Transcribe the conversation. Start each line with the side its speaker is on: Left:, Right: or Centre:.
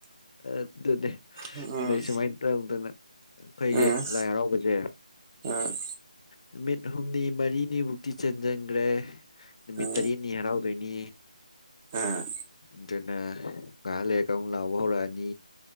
Left: ꯑꯗꯨꯗꯤ
Right: ꯎꯝ
Left: ꯑꯗꯩ ꯁꯨꯃꯥꯏꯅ ꯇꯧꯗꯅ ꯑꯈꯣꯏꯒꯤ
Right: ꯎꯝ
Left: ꯂꯥꯏ ꯍꯔꯥꯎꯕꯁꯦ
Right: ꯎꯝ
Left: ꯅꯨꯃꯤꯠ ꯍꯨꯝꯅꯤ ꯃꯔꯤꯅꯤꯃꯨꯛꯇꯤ ꯆꯟꯖꯟꯒ꯭ꯔꯦ ꯅꯨꯃꯤꯠ
Right: ꯎꯝ
Left: ꯇꯔꯦꯠꯅꯤ ꯍꯔꯥꯎꯗꯣꯏꯅꯤ
Right: ꯎꯝ
Left: ꯉꯥꯏꯍꯥꯛ ꯂꯩꯔꯒ ꯑꯃꯨꯛ ꯂꯥꯎꯕ ꯍꯧꯔꯛꯑꯅꯤ